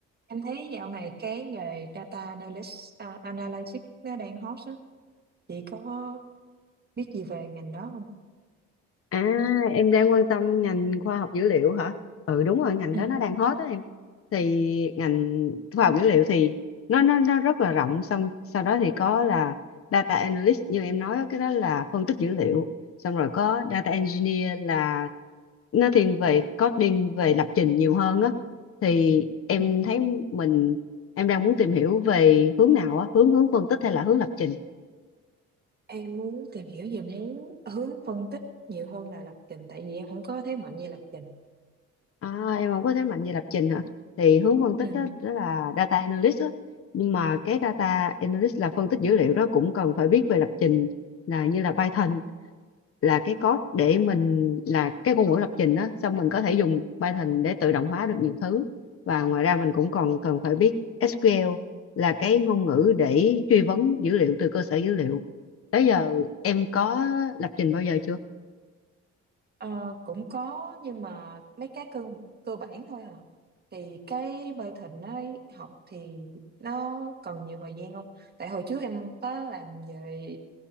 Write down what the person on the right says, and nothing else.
Em thấy dạo này cái nghề data analyst, à, analytics nó đang hot á. Chị có biết gì về ngành đó không?
Ừ.
ừ.
Em muốn tìm hiểu về muốn hướng phân tích nhiều hơn là lập trình tại vì em không có thế mạnh về lập trình.
Ừ.
Ờ, cũng có nhưng mà mấy cái cơ cơ bản thôi à. Thì cái bơi thịnh ấy học thì nó cần nhiều thời gian không? Tại hồi trước em có làm về